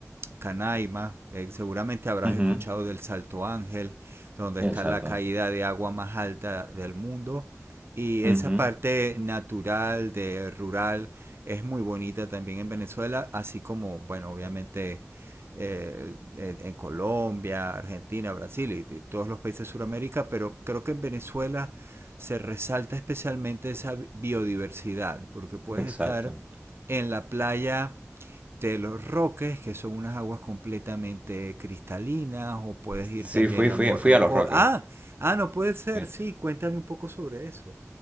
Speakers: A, on the right (about 50°); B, on the right (about 25°).
A: Canaima, eh, seguramente habrás
B: Ujú,
A: escuchado del Salto Ángel, donde está
B: Exacto.
A: la caída de agua más alta del mundo. Y esa
B: Ujú.
A: parte natural, de rural, es muy bonita también en Venezuela, así como, bueno, obviamente eh, en, en, Colombia, Argentina, Brasil y, y todos los países de Sudamérica, pero creo que en Venezuela se resalta especialmente esa biodiversidad, porque puedes
B: Exacto.
A: estar en la playa de los roques, que son unas aguas completamente cristalinas, o puedes ir
B: Sí,
A: también
B: fui,
A: a
B: fui,
A: Morrocoy
B: fui a Los Roques.
A: Ah, ah, no puede ser,
B: Sí.
A: sí, cuéntame un poco sobre eso.